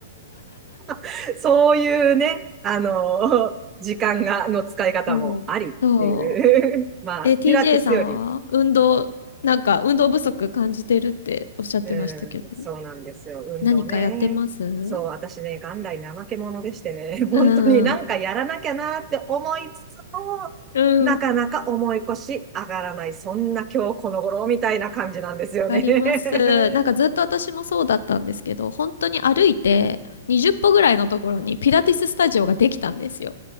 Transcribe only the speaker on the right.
<laughs> そういうね、あの、時間が、の使い方もありっていう。
<laughs> まあ、
ピラティスより
うん、そうなんですよ。運動ね。
そう、私ね、元来怠け者でしてね、<laughs> 本当になんかやらなきゃなって思いつつも、
なかなか重い腰上がらない、そんな今日この頃みたいな感じなんですよね。
<laughs>